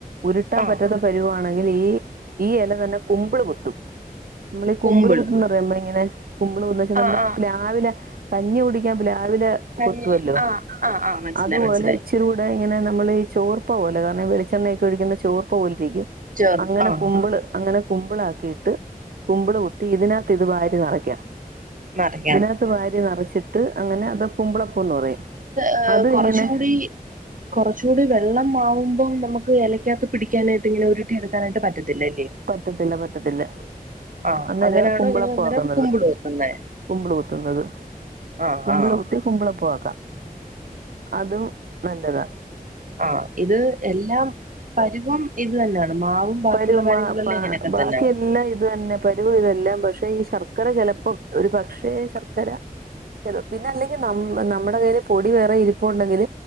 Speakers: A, on the right (about 75°); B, on the right (about 60°).
A: ഉരുട്ടാൻ
B: ആഹ്
A: പറ്റാത്ത പരുവാണ് ഈ ഈ എല തന്നെ കുമ്പ്ള് കുത്തും മ്മളി കുമ്പ്ള്
B: കുമ്പിള്
A: കുത്തുന്നറിയമൊ നമ്മളിങ്ങനെ കുമ്പ്ള് കുത്തച്ച്ന്നാല്
B: ആഹ്
A: നമ്മുടെ
B: ആഹ്
A: പ്ലാവില കഞ്ഞി കുടിക്കാൻ പ്ലാവില ല
B: കഞ്ഞി
A: കൊത്തുവല്ലോ
B: ആഹ് ആഹ് ആഹ് മനസ്സിലായി
A: അതുപോലെ
B: മനസ്സിലായി
A: ഇച്ചിരൂടെ ഇങ്ങനെ നമ്മള് ചോർപ്പ പോലെ കാരണം വെളിച്ചെണ്ണ ഒക്ക ഒഴിക്കുന്ന ചോർപ്പ പോൽ രിക്കും
B: ചെറു
A: അങ്ങനെ
B: ആഹ്
A: കുമ്പള് അങ്ങനെ കുമ്പ്ളാക്കിയിട്ട് കുമ്പ്ള് കുത്തി ഇതിനകത്ത് ഇത് വാരി നെറയ്ക്കാം
B: നാരങ്ങ
A: ഇതിനകത്ത് വാര് ത്തി നെറചിട്ട് അങ്ങനെ അത് കുമ്പിളപ്പോം ന്ന് പറയും
B: ഏഹ്
A: അതും
B: കൊറച്ചൂടി
A: ഇങ്ങനെ
B: കൊറച്ചൂടി വെള്ളം ആവുമ്പോം നമുക്ക് എലയ്ക്കകത്ത് പിടിക്കാനായി് ട്ട് ഇങ്ങനെ ഉരുട്ടി എടുക്കാനായിട്ട് പറ്റത്തില്ലല്ലെ
A: പറ്റത്തില്ല പറ്റത്തില്ല
B: ആഹ്
A: അന്നേരാ
B: അങ്ങനെയാണോ
A: കുമ്പളപ്പ
B: ഇങ്ങനെ അന്നേരം
A: ആക്കുന്നത്
B: കുമ്പിള് കുത്തുന്നേ
A: കുമ്പിൾ കുത്തുന്നത്
B: ആഹ്
A: കുമ്പിള്
B: ആഹ്
A: കുത്തി കുമ്പള പ്പോ ആക്കാം അതും നല്ലതാണ്
B: ആ ഇത് എല്ലാം പരുവം ഇത് തന്നെയാണ് മാവും ബാക്കിയുള്ള
A: പരുവമ
B: കാര്യങ്ങളെല്ലാം
A: പ
B: ഇങ്ങനെയൊക്കെ
A: ബാക്കിയെല്ലാം
B: തന്നെയാണ്
A: ഇത് തന്നെ പരുവ ഇതെല്ലാം പക്ഷെ ഈ ശർക് ശർക്കര ചിലപ്പോ ഒരു പക്ഷേ ശർക്കര ച പിന്നെ അല്ലെങ്കിൽ ന നമ്മുടെ കയ്ൽ പൊടി വേറെ ഇരിപ്പ ഉണ്ടെങ്കിൽ